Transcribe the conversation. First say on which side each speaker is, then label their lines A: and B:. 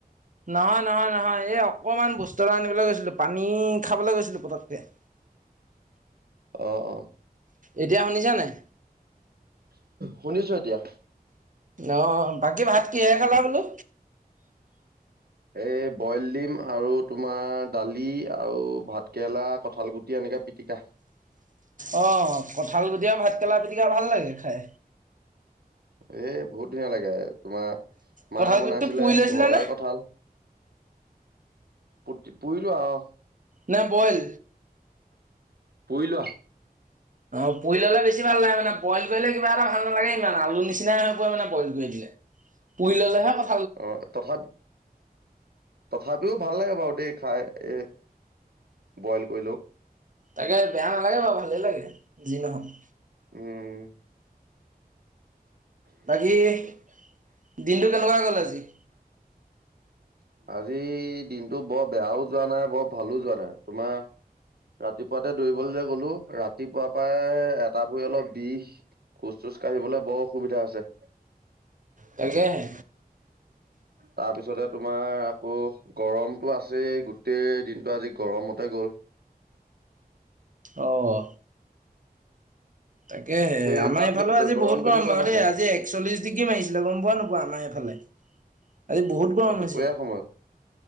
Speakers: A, on the right; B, on the right.
A: নহয়, নহয়, নহয়, এই অকমান বস্তু এটা আনিবলৈ গৈছিলো, পানী খাবলৈ গৈছিলো পতককে। <inaudible>
B: অ, অ।
A: এতিয়া শুনিছা নাই?
B: শুনিছোঁ এতিয়া।
A: অ, বাকী, ভাত কিহেৰে খালা বোলো?
B: এ, বইল ডিম আৰু তোমাৰ দালি আৰু ভাত কেৰেলা, কঠাল গুটি এনেকে পিটিকা।
A: অ, কঁঠালগুটি আৰু ভাতকৰেলা পিটিকা ভাল লাগে, খাই।
B: এ, বহুত ধুনীয়া লাগে। তোমাৰ
A: কঁঠাল
B: মায়ে বনাইছিলে,
A: গুটিটো পুৰি লৈছিলা
B: ঘৰৰে
A: নে?
B: কঁঠাল। গুটি পুৰিলো আৰু।
A: নে বইল?
B: পুৰি লোৱা।
A: অ, পুৰি ল'লে বেছি ভাল লাগে, মানে বইল কৰিলে কিবা এটা ভাল নালাগে ইমান আৰু, আলু নিচিনাই হৈ পৰে মানে বইল কৰি দিলে। পুৰি ল'লেহে খা
B: অ', তথা তথাপিও ভাল লাগে বাৰু দেই খাই, এ, বইল কৰিলেওঁ।
A: তাকে বেয়া নালাগে বাৰু ভালেই লাগে যি নহওঁক।
B: উম।
A: বাকী দিনটো কেনেকুৱা গ'ল আজি?
B: আজি দিনটো বৰ বেয়াও যোৱা নাই বৰ ভালো যোৱা নাই। তোমাৰ? ৰাতিপুৱাতে দৌৰিবলৈ যে গলো ৰাতিপুৱা পৰাই এটা ভৰি অলপ বিষ। খোজ চোজ কাঢ়িবলৈ বৰ অসুবিধা হৈছে।
A: তাকেহে
B: তাৰপিছতে তোমাৰ আকৌ গৰমটো আছেই গোটেই দিনটো আজি গৰমতে গ'ল।
A: অহ। তাকেহে
B: সেই
A: আমাৰ
B: তাত
A: এইফালেও
B: দে-
A: আজি বহুত
B: কেনেকুৱা
A: গৰম বাৰু
B: পাইছা
A: দেই আজি একচল্লিশ ডিগ্ৰী মাৰিছিলে গম পোৱা নোপোৱা আমাৰ এইফালে। আজি বহুত গৰম
B: দুপৰীয়া
A: হৈছে।
B: সময়ত?